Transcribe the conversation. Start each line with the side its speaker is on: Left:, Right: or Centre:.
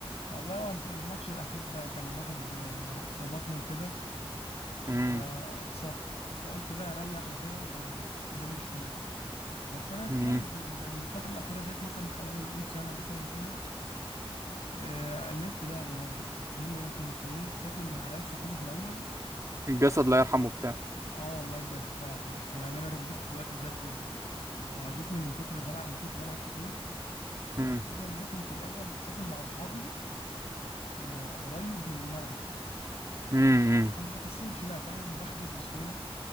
Left: والله هو الف- الماتش الاخير ده كان واحد آه، خبطني وكده
Right: امم
Left: فاتصبت فقلت بقى اريح وكده فدي المشكله بس انا فعلا
Right: امم
Left: يعني الفتره الاخيره ديت مثلا حوالي قول سنه مثلا كده آه، قللت لعبي برضه لان كنت ايه ساكن مع عيال صحابي في الاول
Right: الجسد لا يرحمه بتاع
Left: اه والله بجد فعلا يعني انا ركبتي دلوقتي بجد آه، تعبتني من كتر بلعب ما كنت بلعب كتير
Right: امم
Left: الفكرة ان انا كنت الاول ساكن مع اصحابي آه، قريب من الملعب
Right: امم
Left: فما بكسلش بقى فاهم بحجز بسهولة